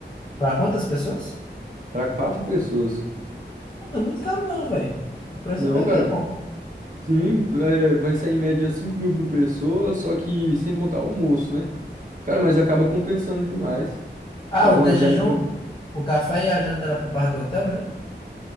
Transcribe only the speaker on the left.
Pra quantas pessoas?
Ah, não é muito caro não, velho. O preço
até
que é bom.
Ah,
o
de
jejum, o café e a janta era por parte do hotel já?